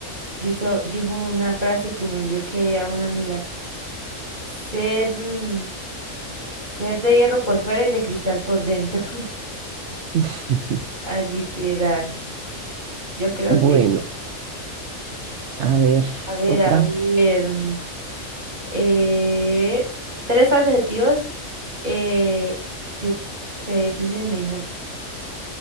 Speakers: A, on the right; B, on the right.
A: dijo, dijo una frase que me envió que a una amiga, ser, mm, ser de hierro por fuera y de cristal por dentro. <laughs>
B: <laughs>
A: Ah, literal. Yo creo
B: Bueno,
A: que,
B: a ver,
A: a ver,
B: otra.
A: a ver. mm, Eh, tres adjetivos eh, que te definen mejor.